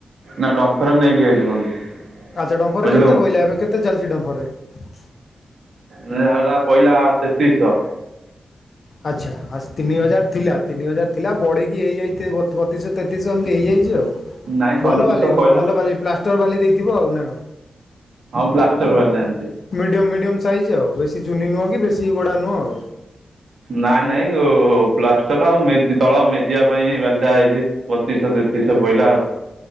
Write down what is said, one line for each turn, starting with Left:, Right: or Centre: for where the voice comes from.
Right: ନା ଡମ୍ଫରରେ ନେଇକି ଆଇଲି ବନ୍ଧୁ।
Left: ଆଚ୍ଛା ଡମ୍ଫର
Right: ବୁଝିଲେ
Left: କେତେ ବହିଲ ଏବେ କେତେ ଚାଲିଛି ଡମ୍ଫର ରେଟ୍?
Right: ଟା ପହିଲା ତେତିଶ।
Left: ଆଚ୍ଛା। ଆ ତିନି ହଜାର ଥିଲା ତିନି ହଜାର ଥିଲା ବଢ଼େଇକି ହେଇଯାଇଛି ବତିଶହ ତେତିଶ ଏମିତି ହେଇଯାଇଛି ଆଉ।
Right: ନାଇଁ ସଇଁତିରିଶଶହ
Left: ଭଲ ବାଲି
Right: କହିଲା
Left: ଭଲ ବାଲି ପ୍ଲାଷ୍ଟର୍ ବାଲି ଦେଇଥିବ ଆଉ ନା କଣ?
Right: ହଁ ପ୍ଲାଷ୍ଟର ବାଲି ଆଣିଛି।
Left: ମିଡି଼ୟମ ମିଡି଼ୟମ୍ ସାଇଜ୍ ଆଉ ବେଶି ଚୁନି ନୁହଁ କି ବେଶି ଗୋଡ଼ା ନୁହଁ ଆଉ।
Right: ନାଇଁ ନାଇଁ ପ୍ଲାଷ୍ଟର ଆଉ ମେ ତଳ ମେଜିବା ପାଇଁ ବାଲିଟା ଆଇଛି। ବତିଶ ତେତିଶ ପହିଲା ଆଉ।